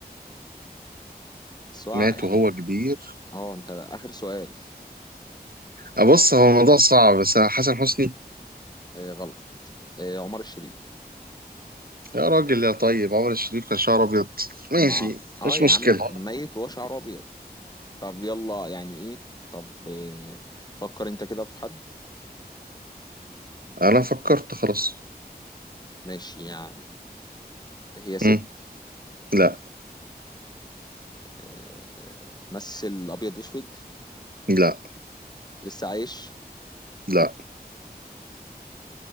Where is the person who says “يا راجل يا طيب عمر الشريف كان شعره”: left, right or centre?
Right